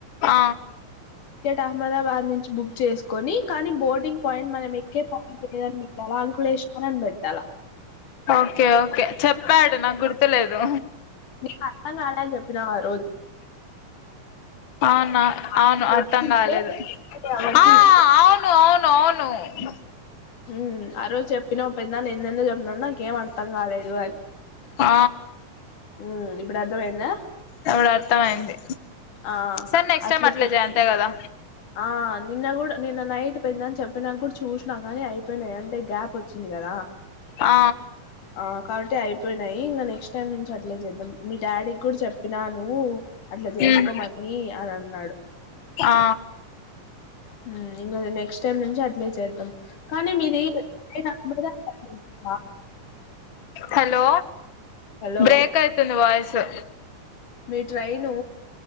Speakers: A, on the left; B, on the left.
A: ఆ
B: అహ్మదాబాద్ నుంచి బుక్ చేసుకొని కానీ బోర్డింగ్ పాయింట్ మనం ఎక్కే పాయింట్ లేదని పెట్టాలా అంకు హరన్ పెట్టాల
A: ఓకే ఓకే చెప్పాడు నాకు గుర్తులేదు
B: నీకు అర్థం కాడని చెప్పినగా ఆ రోజు
A: అవునా
B: అట్ల
A: అవును
B: చేస్తుంటే
A: అర్థం కాలేదు
B: ఎవరికి
A: ఆ
B: ఇవ్వ
A: అవును అవును అవును అ
B: హ్మ్ ఆ రోజు చెప్పినవ్ పెద్దనాన్న ఎెందేదో చెప్పినవ్ నాకేం అర్ధం కాలేదు అని
A: ఆ
B: మ్మ్ ఇప్పుడు అర్థమయిందా
A: ఇప్పుడు అర్థంమయింది
B: ఆ
A: సరె నెక్స్ట్
B: అట్లా
A: టైమ్ అట్లే
B: చెప్పి
A: జయ అంతే కదా
B: ఆ నిన్న కుడా నిన్న నైట్ పెద్దనాన్న చెప్పినాక కుడా చూసిన కాని అయిపోయినాయి అంటే గ్యాప్ వచ్చింది. కదా
A: ఆ
B: ఆ కాబట్టి అయిపోయినాయి ఇంగ నెక్స్ట్ టైమ్ నుంచి అట్లే చేద్దాం మీ డాడీక్కుడా చెప్పినా నువు అట్లా చేసుకోమని
A: ఉమ్
B: అని అన్నాడు
A: ఆ
B: హ్మ్ ఎం కాదు నెక్స్ట్ టైమ్ నుంచి అట్లే చేద్దాం కానీ మీది <unintelligible>
A: హలో
B: హలో
A: బ్రేక్ అయితుంది వయిసు
B: మీ ట్రైను